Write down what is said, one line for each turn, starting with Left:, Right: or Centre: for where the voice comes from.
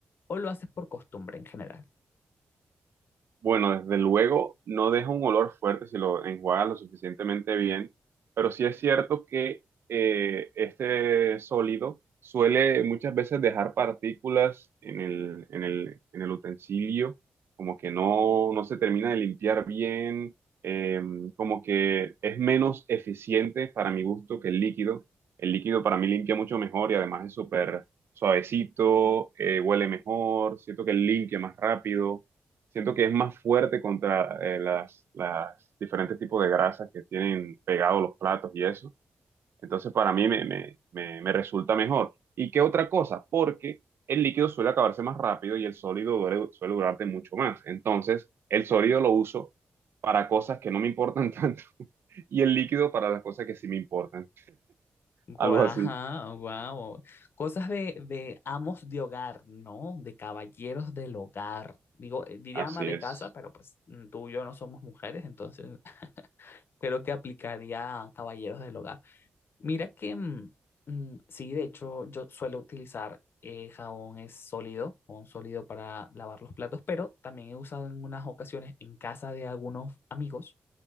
Left: o lo haces por costumbre en general.
Right: Bueno, desde luego no deja un olor fuerte si lo enjuagas lo suficientemente bien, pero sí es cierto que eh, este sólido suele muchas veces dejar partículas en el, en el, en el utensilio, como que no, no se termina de limpiar bien, eh, como que es menos eficiente para mi gusto que el líquido. El líquido para mí limpia mucho mejor y además es súper suavecito, eh, huele mejor, siento que limpia más rápido siento que es más fuerte contra eh, las, las diferentes tipos de grasas que tienen pegados los platos y eso. Entonces para mí me, me, me, me resulta mejor. ¿Y qué otra cosa? Porque el líquido suele acabarse más rápido y el sólido dure- suele durarte mucho más. Entonces el sólido lo uso para cosas que no me importan <laughs> tanto y el líquido para las cosas que sí me importan.
Left: Guau,
Right: Algo así.
Left: guau. Cosas de, de amos de hogar, ¿no? De caballeros del hogar. Digo, eh, diría
Right: Así
Left: ama de
Right: es.
Left: casa, pero pues mm, tú y yo no somos mujeres, entonces <laughs> creo que aplicaría a caballeros del hogar. Mira que, mm, mm, sí, de hecho, yo suelo utilizar eh, jabón es sólido, jabón sólido para lavar los platos, pero también he usado en unas ocasiones en casa de algunos amigos